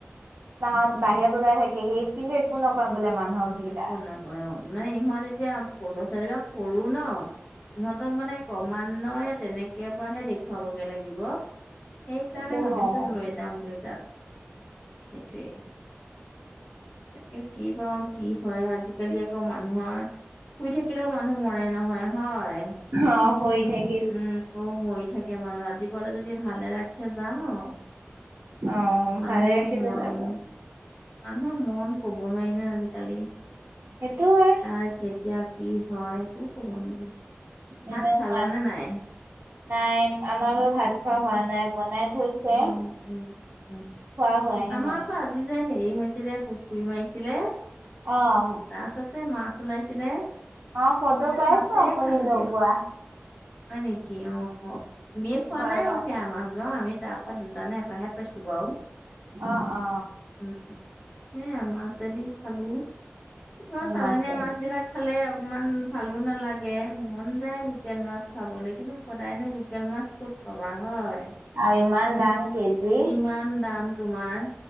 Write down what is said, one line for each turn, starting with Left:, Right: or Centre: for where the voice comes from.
Right: তাহত বাহিৰত ওলাই থাকে। সেই কিন্তু একো নকয় বোলে মানুহক, সেইকেইটা।
Left: একো নকয় অ, মানে ইহঁত এতিয়া লৰা ছোৱালী বিলাক সৰু ন। ইহঁতক মানে ক্ৰমানয়ে তেনেকে পৰাহে দেখুৱাবগে লাগিব। সেইকাৰণে
Right: সেইটো
Left: ভাবিছো
Right: হয়।
Left: লৈ যাম বুলি তাত সেইটোৱে, তাকে কি পাওঁ কি হয়। আজিকালি আকৌ মানুহৰ, শুই থাকিলেও মানুহ মৰে নহয় হয়।
Right: অ', হৈ থাক।
Left: উম মৰি থাকে। মানুহ ৰাতিপুৱালে যদি ভালে ৰাখে যাম আৰু,
Right: অ
Left: মানুহৰ
Right: ভালে ৰাখিলে
Left: মৰণ,
Right: যাব
Left: আনৰ মন কব নোৱাৰি ন আজিকালি।
Right: সেইটো হয়।
Left: কাৰ কেতিয়া কি হয় একো কব নোৱাৰি। ভাত
Right: এনেও
Left: খালানে
Right: মান
Left: নাই
Right: নাই আমাৰ বাৰু ভাত খোৱা হোৱা নাই বনাই থৈছে
Left: উম, উম, উম
Right: খোৱা হোৱাহে
Left: আমাৰ
Right: নাই
Left: তাত যিযে হেৰি হৈছিলে পুখুৰী মাৰিছিলে।
Right: অ',
Left: তাৰছতে মাছ ওলাইছিলে।
Right: অ' ফট
Left: এ
Right: পাইছো
Left: মাছেই
Right: আপুনি
Left: খালো
Right: লগোৱা।
Left: দিয়া হয় নেকি অ' মেষ খোৱা
Right: ঘৰৰ
Left: নাই বাৰু সেয়া মাছ ধোৱা আমি তাৰ তাত দুটানে, এটাহে পাইছো বাৰু।
Right: অ অ
Left: উম, সেয়া মাছেদি খালো তোমাৰ চালনীয়া
Right: মাছে
Left: মাছ বিলাক খালে অকণমান ভালো নালাগে মন যায় লোকেল মাছ খাবলৈ কিন্তু, সদায়নো লোকেল মাছ ক'ত কবা হয়।
Right: আৰু ইমান দাম কেজি
Left: ইমান দাম তোমাৰ।